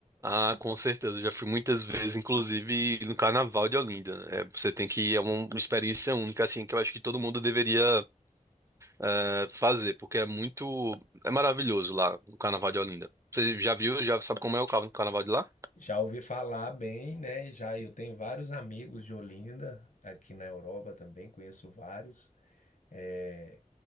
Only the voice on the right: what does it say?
Ah, com certeza, eu já fui muitas vezes, inclusive no Carnaval de Olinda. né? É, você tem que, é uma experiência única, assim, que eu acho que todo mundo deveria eh, fazer, porque é muito, é maravilhoso lá, o Carnaval de Olinda. Você já viu, já sabe como é o carna- Carnaval de lá?